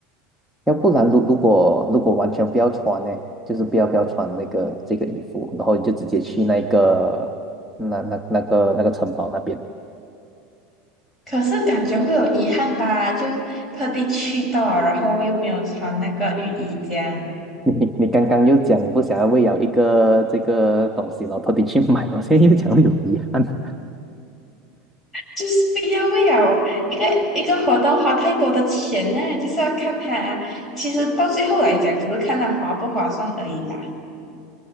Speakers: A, in the centre; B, on the left.
A: 要不然如如果如果完全不要穿呢，就是不要不要穿那个这个衣服，然后你就直接去那个那那那个那个城堡那边。
B: 可是感觉会有遗憾吧，就特地去到啊然后又没有穿那个浴衣，这样
A: <laughs> 你你刚刚又讲不想要为了一个这个东西，然后特地去买，我现在又讲有遗憾。
B: 就是不要为了一个一个活动花太多的钱呢、就是要看他，其实到最后来讲，只是看他划不划算而已啦。